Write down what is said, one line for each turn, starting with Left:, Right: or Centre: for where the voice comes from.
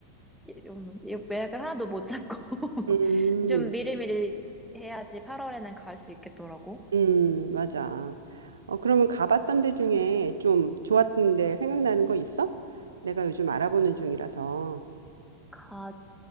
Centre: 이- 음, 이 예약을 하나도 못 잡고 <laughs>
Right: 음,
Centre: 좀 미리미리 해야지 8월에는 갈 수 있겠더라고.
Right: 음, 맞아. 어, 그러면 가봤던 데 중에 좀 좋았던 데 생각나는 거 있어? 내가 요즘 알아보는 중이라서.
Centre: 가,